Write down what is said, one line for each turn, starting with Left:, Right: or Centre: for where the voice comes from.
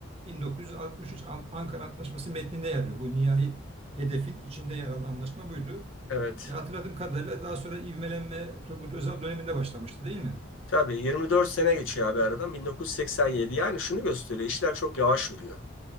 Right: 1963 An- Ankara Antlaşması metninde yer alıyor. Bu nihai hedefin içinde yer alan anlaşma buydu.
Left: evet.
Right: E, Hatırladığım kadarıyla daha sonra ivmelenme Turgut Özal döneminde başlamıştı değil mi?
Left: Tabii 24 sene geçiyor abi aradan 1987. Yani şunu gösteriyor, işler çok yavaş yürüyor.